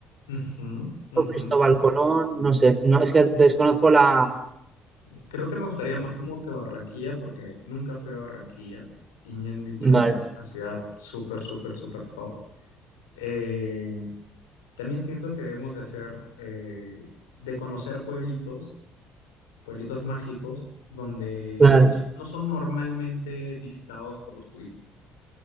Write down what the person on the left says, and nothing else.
ujú, ujú.
Creo que me gustaría más como que Barranquilla, porque nunca fui a Barranquilla y me han dicho
que es una ciudad súper, súper, súper top. Eh, También siento que debemos de hacer, eh, de conocer pueblitos, pueblitos mágicos, donde
que no son normalmente visitados por los turistas.